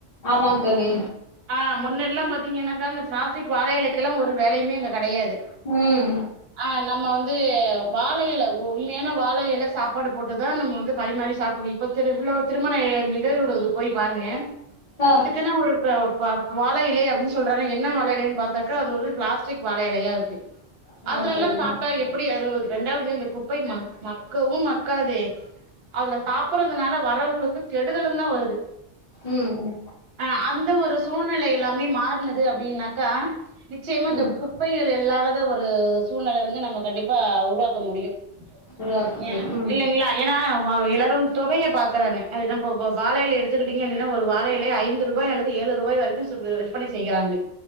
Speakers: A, on the left; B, on the right.
A: ஆமாங் தோழி
B: ஆ முன்னடிலாம் பாத் பாத்தீங்கனாக்கா அந்த ப்ளாஸ்டிக் வாழ எலைக்கெல்லா ஒரு வேலையுமே அங்க கெடையாது
A: ம்
B: அ நம்ம வந் து வாழ எல உண்மையான வாழ எல சாப்பாடு போட்டுதா நம்ம வந்து பரிமாறி சாப்ட்ரு இப்போ கிற இவ்ளோ திருமண நிகழ்வுகளுக்கு போய் பாருங்க
A: ஆ
B: இதுக்குன்னு ஒரு வ வாழ இலை அப்டின் சொல்றாங்கா என்ன வாழ இலைன்னு பாத்தாக்கா அது ஒரு ப்ளாஸ்டிக் வாழ எலையாருக்கு
A: ஆமாங்
B: அதுலெல்லா
A: தோழி
B: சாப்ட்டா எப்படி அது ஒரு ரெண்டாவுது அந்த குப்பை ம மக்கவு மக்காதே அதுல சாப்பிடுறதுனால வரவுங்களுக்கு கெடுதலுந்தா வருது
A: ம் ம்
B: அ அந்த ஒரு சூழ்நிலை எல்லாமே மாற்னது அப்டின்னா க்கா நிச்சியமா இந்த
A: ம்
B: குப்பைகள் இல்லா த ஒரு சூழ்நெல வந்து நம்ம கண்டிப்பா உருவாக்க முடியு ஏ
A: உருவாக்க முடியும் ம்
B: இல்லிங்ளா ஏனா வ எல்லாரு தொகையை பாக்குறாங்க அதுதா இப்போ போ வாழ எலய எடுத்துக்கிட்டீங்க அப்டீனா ஒரு வாழ இலை ஐந்து ரூபாய் அல்லது ஏழு ரூபாய் வரைக்கு வ் விற்பனை செய்யிறாங்க